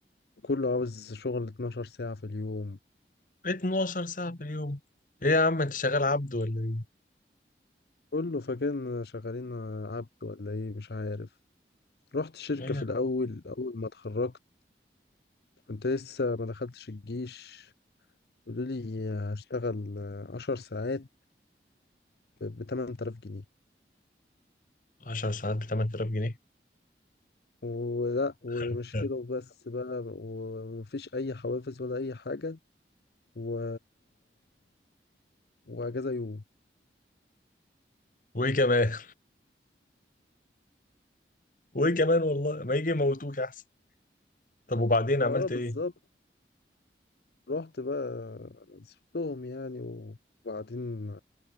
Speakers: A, on the left; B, on the left.
A: كله عاوز شغل 12 ساعه في اليوم
B: 12 ساعة في اليوم، ايه يا عم انت شغال عبد ولا ايه؟
A: كله فاكرنا شغالين عبد ولا ايه مش عارف رحت الشركه
B: ايه
A: في
B: يا
A: الاول
B: عم
A: اول ما اتخرجت كنت لسه ما دخلتش الجيش قالوا لي هشتغل 10 ساعات ب 8000 جنيه
B: 10 ساعات ب 8000 جنيه؟
A: ولا ومش
B: <laughs>
A: كده وبس بقى ومفيش أي حوافز ولا أي حاجة و... وأجازة يوم
B: وايه كمان؟ وايه كمان والله؟ ما يجي يموتوك احسن، طب وبعدين
A: اه
B: عملت
A: بالظبط
B: ايه؟
A: رحت بقى سبتهم يعني وبعدين